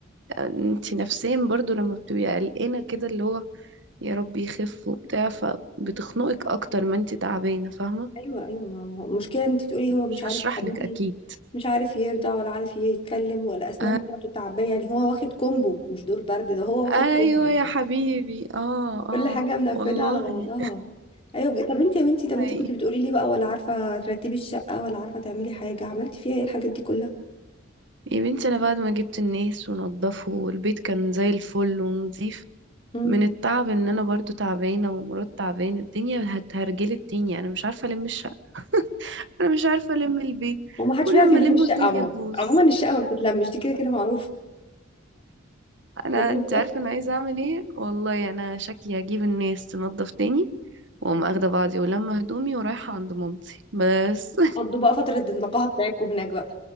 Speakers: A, on the right (about 60°); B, on the left (about 30°).
A: انت نفسيا برضو لما بتبقي قلقانة كده اللي هو يا رب يخف وبتاع فبتخنقك اكتر ما انت تعبانة فاهمة
B: ايوه ايوه ما هو المشكلة انت تقولي هو مش
A: مش
B: عارف
A: هشرح
B: يا حبيبي
A: لك اكيد
B: مش عارف يرضع ولا عارف يتكلم والاسنان
A: آه،
B: بتاعته تعبية يعني هو واخد كومبو مش دور برد ده هو واخد
A: ايوه
B: كومبو
A: يا حبيبي اه
B: كل
A: اه
B: حاجة منفذة
A: والله
B: على بعضها ايوه بجد. طب انت يا بنتي طب انت
A: أي.
B: كنت بتقولي لي بقى ولا عارفة ترتبي الشقة ولا عارفة تعملي حاجة عملتي فيها ايه الحاجات دي كلها
A: يا بنتي انا بعد ما جبت الناس ونضفه والبيت كان زي الفل ونظيف
B: مم.
A: من التعب ان انا برضو تعبانه ومرات تعبانه الدنيا هتهرجلت تاني انا مش عارفه الم الشقه انا مش عارفه الم البيت
B: هو ما حدش
A: كل
B: بيعرف يلم
A: ما الم
B: الشقة
A: الدنيا
B: عموما
A: تبوظ
B: عموما الشقة ما بتتلمش دي كده كده معروف
A: انا
B: والله
A: انت عارفه انا عايزه اعمل ايه والله انا شكلي هجيب الناس تنظف تاني واقوم
B: بجد
A: اخده بعضي ولما هدومي ورايحه عند مامتي بس
B: قضوا بقى فترة النقاهة بتاعتكم هناك بقى